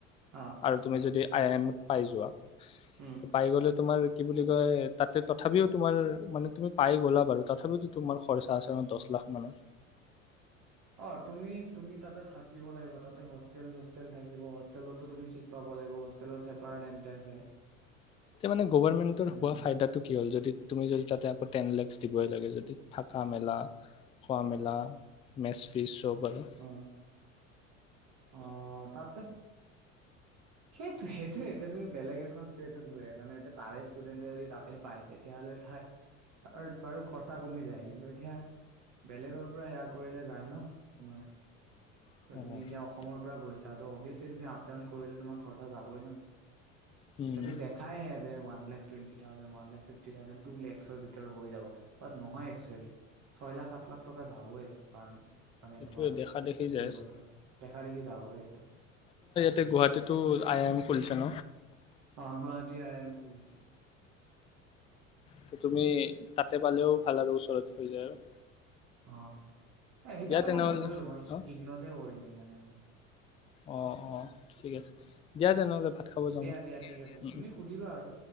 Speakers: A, on the right; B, on the left.
A: অ
B: আৰু তুমি যদি আই আই এমত পাই যোৱা
A: উম
B: পাই গ'লে তোমাৰ কি বুলি তাতে তথাপিও তোমাৰ মানে তুমি পাই গ'লা বাৰু তথাপিতো তোমাৰ খৰচা আছে ন দছ লাখ মানৰ
A: অ তুমি তুমি তাতে থাকিব লাগিব তাতে হোষ্টেল চোষ্টেল থাকিব হোষ্টেলতো তুমি চিট পাব লাগিব েল চছেপাৰেট <inaudible> এণ্ট্ৰেন্ঞ্চ হয়
B: মানে গৱৰ্ণমেণ্টৰ
A: তেনেকুৱা
B: হোৱা ফাইদাটো কি হ'ল যদি তুমি যদি তুমি তাতে আকৌ টেন লেকচ দিবই লাগে যদি থাকা মেলা খোৱা মেলা মেচ ফিচ যৰপৰা
A: অ অ তাতে সেইটো সেইটোয়ে এতিয়া তুমি বেলেগ এখন ষ্টেটত গৈ আছা এতিয়া তাৰে ষ্টুডেণ্টে যদি তাতে পায় তেতিয়াহ'লে তাৰ তাৰ বাৰু খৰচা কমি যায় কিন্তু এতিয়া বেলেগৰ পৰা এয়া কৰিলে যায় ন তোমাৰ
B: অ
A: ত তুমি এতিয়া অসমৰ পৰা গৈছা ত' অবিয়েচলি তুমি আপ ডাউন কৰিলে তোমাৰ খৰচা যাবই ন
B: উম
A: সেইটো দেখাইহে one lakh twenty thousand one lakh fifty thousand two lakh চ ৰ ভিতৰত হৈ যাব বাট নহয় একচুৱেলি ছয় লাখ সাত লাখ টকা যাবই পাৰ মানে
B: এইটোৱে
A: তোমাৰ
B: দেখা দেখি যাই
A: দুই
B: আছে
A: বছৰ দেখা দেখি যাব এইটো
B: ত গুৱাহাটীতটো আই আই এম খুলিছে ন
A: অ গুৱাহাটী আই আই এম খুলিছে
B: ত তুমি তাতে পালেও ভাল আৰু ওচৰত হৈ যায় আৰু
A: অ এ সেইকাৰণে
B: দিয়া তেনেহ'লে
A: মই নকৰিলো মই
B: অ
A: ইগনতে কৰিম ান আৰু <inaudible>
B: অ অ ঠিক আছে
A: উম
B: দিয়া তেনেহ'লে ভাত খাব যাম
A: দিয়া
B: উম
A: দিয়া ঠিক আছে
B: উম
A: তুমি সুধিবা আৰু